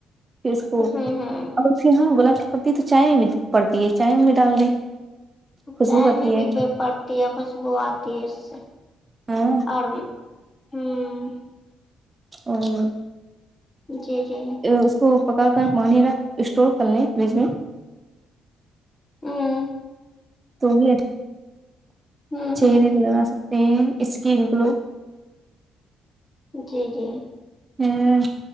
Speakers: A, on the right (about 25°); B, on the left (about 30°).
A: پھر اس کو
B: ہوں ہوں
A: یہاں گلاب کی پتی ہے تو چائے میں بھی پڑتی ہے چائے میں بھی ڈال دیں خوشبو
B: چائے
A: آتی
B: میں بھی
A: ہے
B: پڑتی ہے خوشبو آتی ہے اس سے
A: ہاں
B: اور بھی ہوں
A: اور
B: جی جی
A: اس کو پکا کر پانی رکھ اسٹور کر لیں فریج میں
B: ہوں
A: تو بھی اب
B: ہوں
A: چہرے
B: ہوں
A: کو لگا سکتے ہیں اسکن گلو
B: جی جی
A: ہوں